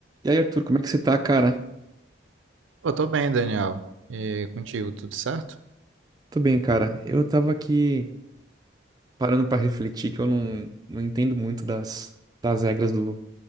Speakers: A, on the right; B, on the right.
A: E aí, Arthur, como é que você tá, cara?
B: Eu tô bem, Daniel. E contigo, tudo certo?
A: Tô bem, cara. Eu tava aqui parando pra refletir que eu não, não entendo muito das, das regras do,